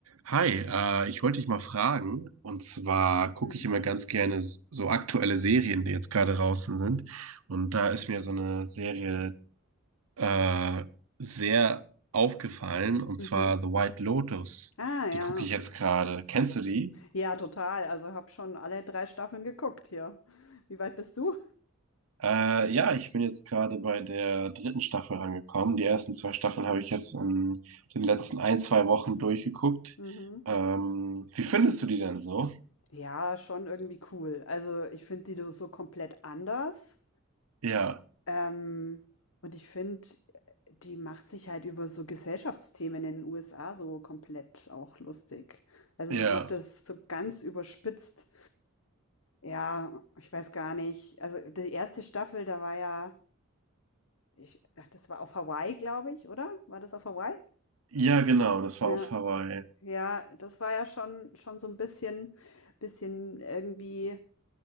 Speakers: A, on the right (about 85°); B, on the left (about 70°).
A: Hi, äh, ich wollte dich mal fragen, und zwar gucke
B: Mhm.
A: ich immer ganz gerne s- so aktuelle Serien, die jetzt gerade draußen sind. Und da ist mir so eine Serie äh, sehr aufgefallen, und
B: Mhm.
A: zwar The White Lotus.
B: Ah, ja.
A: Die gucke ich jetzt gerade. Kennst du die?
B: Ja, total. Also habe schon alle drei Staffeln geguckt hier. Wie weit bist du?
A: Äh, ja, ich bin jetzt gerade bei der dritten Staffel rangekommen. Die ersten zwei Staffeln habe ich jetzt in den letzten ein, zwei Wochen durchgeguckt.
B: Mhm.
A: Ähm, wie findest du die denn so?
B: Ja, schon irgendwie cool. Also ich finde die so komplett anders.
A: Ja,
B: Ähm, und ich finde, die macht sich halt über so Gesellschaftsthemen in den USA so komplett auch lustig. Also
A: ja.
B: macht das so ganz überspitzt. Ja, ich weiß gar nicht. Also die erste Staffel, da war ja, ich, ach, das war auf Hawaii, glaube ich, oder? War das auf Hawaii?
A: Ja, genau, das war
B: Ja,
A: auf Hawaii.
B: Ja, das war ja schon schon so ein bisschen bisschen irgendwie